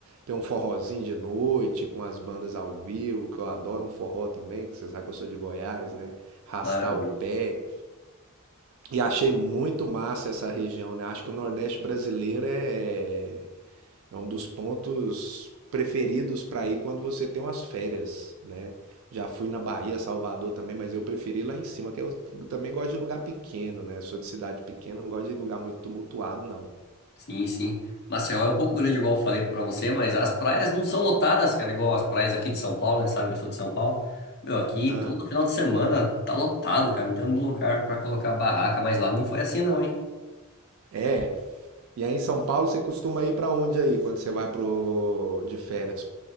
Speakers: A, on the right; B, on the left.
A: tem um forrozinho de noite com as bandas ao vivo, que eu adoro um forró também, que você sabe que eu sou de Goiás, né? Rastar
B: Maravilha.
A: o pé. E achei muito massa essa região, né? Acho que o Nordeste brasileiro é é um dos pontos preferidos para ir quando você tem umas férias, né? Já fui na Bahia, Salvador também, mas eu preferi lá em cima, que eu também gosto de lugar pequeno, né? Sou de cidade pequena, não gosto de lugar muito tumultuado, não.
B: Sim, sim. Maceió é um pouco grande, igual eu falei pra você, mas as praias não são lotadas, cara, igual as praias aqui de São Paulo, né? Sabe que eu sou de São Paulo. Meu, aqui
A: Ah,
B: todo final de semana tá lotado, cara. Não tem um lugar pra colocar barraca, mas lá não foi assim, não, hein?
A: é. E aí em São Paulo você costuma ir para onde aí, quando você vai pro de férias